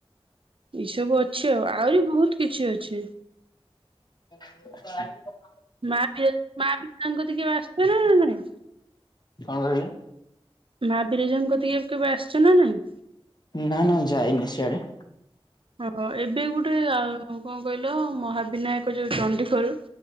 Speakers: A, on the right; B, on the left.
A: ଏଇ ସବୁ ଅଛି ଆଉ ଆହୁରି ବହୁତ କିଛି ଅଛି।
B: <unintelligible>
A: ମା ପି ମା ପତାଙ୍କ ଟିକେ ବାସୁଛ ନା ନାଇଁ।
B: କଣ କହିଲେ?
A: ମା ବିରଜା ଙ୍କ କତିକି କେବେ ଆସିଛ ନା ନାଇଁ।
B: ନା ନା ଯାଇନି ସେଆଡେ।
A: ହଁ ଏବେ ଗୁଟେ ଆ, କଣ କହିଲ ମହାବିନାୟକ ଯୋଉ ଚଣ୍ଡିଖୋଲ।